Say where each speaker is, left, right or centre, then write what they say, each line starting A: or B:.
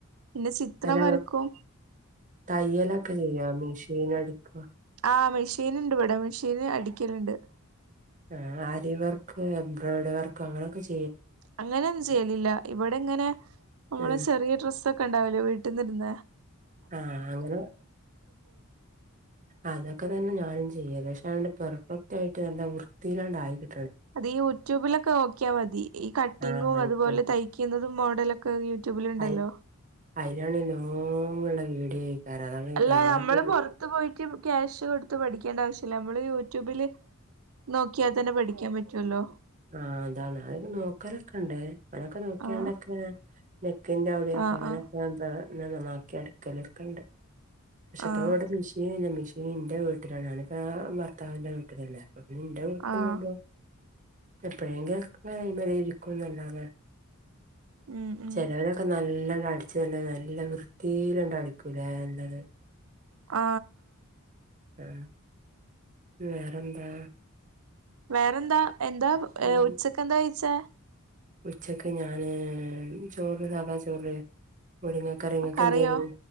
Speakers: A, on the right; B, on the right.
A: ന്നെ ചിത്രം
B: അല്ല
A: വരക്കും.
B: തയ്യലൊക്കെ ചെയ്യോ മെഷീൻ അടിക്കോ
A: ആ മെഷീൻ ഇണ്ട് വിടെ മിഷീന് അടി ക്കലുണ്ട്
B: ആ ആരി വർക്ക് എംബ്രോയ്ഡറി വർക്ക് അങ്ങനെയൊക്കെ ചെയ്
A: അങ്ങനെ ഒന്നും ചെയ്യലില്ല ഇവിടെ ങ്ങനെ നമ്മളെ
B: ഉം
A: ചെറിയ ഡ്രസ് ഒക്കെ ഉണ്ടാവലേ വീട്ടിന് ഇട്ണ
B: ആ അങ്ങനെ അതൊക്കെ തന്നെ ഞാനും ചെയ്യല്ല് അതാണ്ട് പെർഫെക് ആായിട്ട്ല്ല വൃത്തിയിലാണ്ട് ആയിട്ടു
A: അത് ഈ യൂട്യൂബിലൊക്കെ നോക്കിയാൽ മതി ഈ കട്ടിങ്ങും
B: നന്നായിട്ട്
A: അതുപോലെ തയ്ക്കുന്നതും. മോഡലൊക്കെ യൂട്യൂബിലുണ്ടല്ലോ
B: അയി അയിലാണ് എല്ലാം ഉള്ള വീഡിയോ ആയിക്കാരം അതാണ് ഈ
A: അല്ല
B: ഭ്രാന്തും
A: നമ്മള് പൊറത്ത് പോയിട്ട് ക്യാഷ് കൊടുത്ത് പഠിക്കേണ്ട ആവശ്യല്ല. നമ്മള് യൂട്യൂബില്. നോക്കിയാ തന്നെ പഠിക്കാൻ പറ്റല്ലോ?
B: ആ അതാണ് നോക്കലൊക്കെ ഉണ്ട്. അതൊക്കെ നോക്കിയാണ്ടൊക്കെ
A: ആഹ്
B: നെക്കിൻറെ അവിടെ ആ
A: ആഹ്
B: കാനൊക്കെ
A: ആഹ്
B: ഞൻ നന്നാക്കി അടീക്കലക്കണ്ട്. പക്ഷെ ഇപ്പൊ
A: ആഹ്
B: മെഷീൻ ഇല്ല മെഷീനിന്റെ വീട്ടിലാണ് ഞാനിപ്പോ ഭർത്താവിന്റെ വീട്ടിലല്ലേ അപ്പൊ പിന്ന് എന്റെ വീട്ടു
A: ആഹ്
B: പോവുമ്പോ എപ്പോഴെങ്കിലുംഒകൊ ഇരിക്കുംന്നല്ലാതെ.
A: ഉം ഉം
B: ചെലോല് ക്കെ നല്ല കടിച്ചു നല്ല നല്ല വൃത്തിയില്ണ്ടടിക്കൂലേ നല്ലത്.
A: ആ
B: ആ വേറെന്താ?
A: വേറെന്താ എന്താ
B: ഉം
A: ഉച്ചക്ക്ന്താ കീഴിച്ചേ?
B: ഉച്ചക്ക് ഞാന് ചോറ് സാധാ ചോറ്. മുരിങ്ങക്കറി ങ്ങക്കെന്തയ്നി
A: കറിയോ